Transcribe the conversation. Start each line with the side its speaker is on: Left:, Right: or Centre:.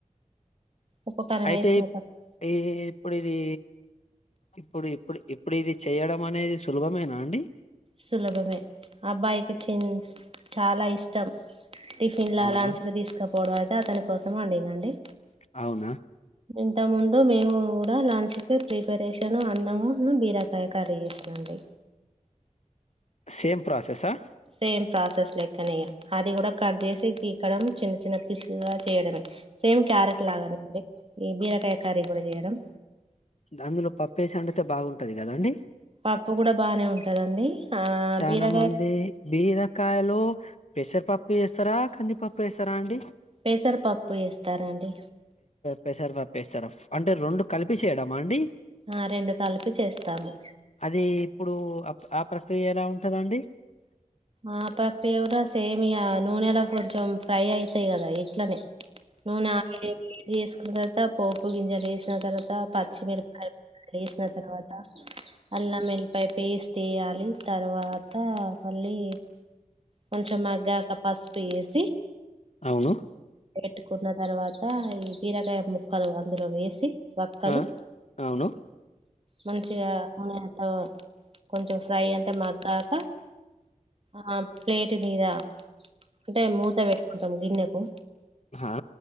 Right: ఉప్పు కారం
Left: అయితే
Right: వేసిన తర్వాత
Left: ఈ ఇప్పుడు ఇది ఇప్పుడు ఇప్పుడు ఇప్పుడు ఇది చెయ్యడం అనేది సులభమేనా అండి
Right: సులభమే అబ్బాయికి చిన్ చాలా ఇష్టం టిఫిన్ లా
Left: అవునా
Right: లంచ్ కు తీసుక గొడవ అయితే అతని కోసం వండినండి
Left: అవునా
Right: ఇంత ముందు మేము కూడా లంచ్ కి ప్రిపరేషన్ అన్నమున్ను బీరకాయ కర్రీ చేసిన అండి
Left: సేమ్ ప్రాసెస్ ఆ
Right: సేమ్ ప్రాసెస్ లెక్కనే అది కూడా కట్ చేసి గీకడం చిన్న చిన్న పీస్ లు గా చేయడమే సేమ్ క్యారెట్ లాగాఅండి ఈ బీరకాయ కర్రీ కూడా చేయడం
Left: అందులో పప్పేసి వండితే బాగుంటది కదండీ
Right: పప్పు కూడా బానే ఉంటదండి ఆ
Left: చానా
Right: బీరకాయ
Left: మంది బీరకాయ లో పెసర పప్ వేస్తారా కందిీపప్పు వేస్తారా అండి
Right: పెసర పప్పు వేస్తారండి
Left: పెసర పప్పు వేస్తార అంటే రెండు కలిపి చేయడమా అండి
Right: ఆ రెండు కలిపి చేస్తాము
Left: అది ఇప్పుడు ఆ ప్ర క్రియ ఎలా ఉంటదండి
Right: ఆ ప్రక్రియ కూడా సేమ్ ఇగ నూనెలా కొంచెం ఫ్రై అయితాయి కదా అట్లనే నూనె వేడి చేస్ తర్వాత పోపు గింజలు వేసిన తర్వాత పచ్చి మిరపకాయలు వేసిన తర్వాత అల్లం ఏల్లిపాయ పేస్ట్ వేయాలి తర్వాత మళ్ళీ కొంచెం మగ్గాక పసుపు ఏస్
Left: అవును
Right: పెట్టుకున్న తర్వాత ఈ బీరకాయ ముక్కలు అందులో వేసి వక్కలు
Left: ఆ అవును
Right: మంచిగా నూనేంత కొంచెం ఫ్రై అంత మగ్గాక ఆ ప్లేట్ మీద అంటే మూత పెట్టుకుంటాం గిన్నెకు
Left: హా